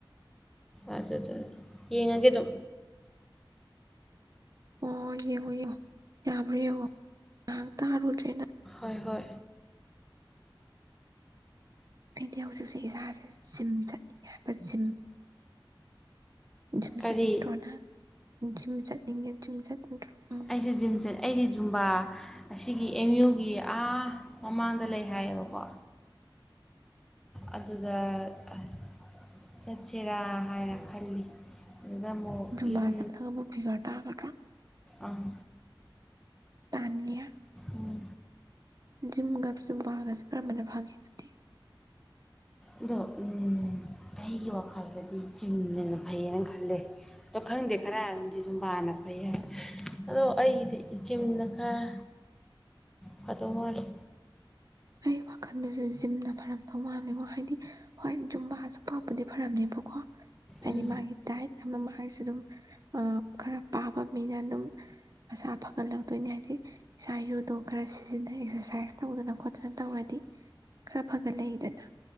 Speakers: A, in the centre; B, on the right (about 45°).
A: ꯑꯗꯨꯗꯨ ꯌꯦꯡꯉꯒꯦ ꯑꯗꯨꯝ
B: ꯑꯣ ꯌꯦꯡꯉꯣ ꯌꯦꯡꯉꯣ ꯌꯥꯕ꯭ꯔ ꯌꯦꯡꯉꯣ ꯉꯍꯥꯛ ꯇꯥꯔꯨꯗ꯭ꯔꯦꯅ
A: ꯍꯣꯏ ꯍꯣꯏ
B: ꯑꯩꯗꯤ ꯍꯧꯖꯤꯛꯁꯦ ꯏꯁꯥꯖꯦ ꯖꯤꯝ ꯆꯠꯅꯤꯡꯉꯦ ꯍꯥꯏꯕ ꯖꯤꯝ ꯨꯖꯤꯝ
A: ꯀꯔꯤ
B: ꯆꯠꯅꯤꯡꯗ꯭ꯔꯣ ꯅꯪ ꯖꯤꯝ ꯆꯠꯅꯤꯡꯉꯦ ꯖꯤꯝ ꯆꯠꯅꯤꯡꯠꯗ꯭ꯔꯣ ꯎꯝ
A: ꯑꯩꯁꯨ ꯖꯤꯝ ꯆꯠ ꯑꯩꯗꯤ ꯖꯨꯝꯕꯥ ꯑꯁꯤꯒꯤ ꯑꯦꯝ ꯌꯨꯒꯤ ꯑꯥ ꯃꯃꯥꯡꯗ ꯂꯩ ꯍꯥꯏꯌꯦꯕꯀꯣ ꯑꯗꯨꯗ ꯑ ꯆꯠꯁꯤꯔꯥ ꯍꯥꯏꯅ ꯈꯜꯂꯤ ꯑꯗꯨꯗ ꯑꯃꯨꯛ
B: ꯖꯨꯝꯕꯥ
A: ꯌꯨꯝ
B: ꯆꯠꯂꯒꯕꯨ ꯐꯤꯒꯔ ꯇꯥꯒꯗ꯭ꯔꯣ
A: ꯑꯥ
B: ꯇꯥꯥꯟꯅꯤꯌꯦ
A: ꯎꯝ
B: ꯖꯤꯝꯒ ꯖꯨꯝꯕꯥꯒꯖꯦ ꯀꯔꯝꯕꯅ ꯐꯒꯦ ꯑꯗꯨꯗꯤ
A: ꯑꯗꯣ ꯎꯝ ꯑꯩꯒꯤ ꯋꯥꯈꯜꯗꯗꯤ ꯖꯤꯝꯅꯦꯅ ꯐꯩꯌꯦꯅ ꯈꯜꯂꯦ ꯑꯗꯣ ꯈꯪꯗꯦ ꯈꯔ ꯑꯝꯗꯤ ꯖꯨꯝꯕꯥꯅ ꯐꯩ ꯍꯥꯏ ꯑꯗꯣ ꯑꯩꯒꯤꯗꯤ ꯖꯤꯝꯅ ꯈꯔ ꯐꯗꯧ ꯃꯥꯜꯂꯤ
B: ꯑꯩ ꯋꯥꯈꯜꯗꯖꯨ ꯖꯤꯝꯅ ꯐꯔꯝꯗꯧ ꯃꯥꯜꯂꯦꯉꯣ ꯍꯥꯏꯗꯤ ꯍꯣꯏ ꯖꯨꯝꯕꯥꯖꯨ ꯐꯕꯨꯗꯤ ꯐꯔꯝꯅꯦꯕꯀꯣ ꯍꯥꯏꯅꯤꯃꯒꯤꯦ
A: ꯎꯝ
B: ꯇꯥꯏ ꯃꯥꯡꯁꯨ ꯑꯗꯨꯝ ꯈꯔ ꯄꯥꯕ ꯃꯤꯅ ꯑꯗꯨꯝ ꯃꯁꯥ ꯐꯒꯠꯍꯧꯗꯣꯏꯅꯤ ꯍꯥꯏꯗꯤ ꯏꯁꯥ ꯌꯨꯗꯣ ꯈꯔ ꯁꯤꯖꯤꯟꯅ ꯑꯦꯛꯁꯔꯁꯥꯏꯁ ꯇꯧꯗꯅ ꯈꯣꯠꯇ ꯐꯖꯅ ꯇꯧꯔꯗꯤ ꯈꯔ ꯐꯒꯠꯂꯗꯅ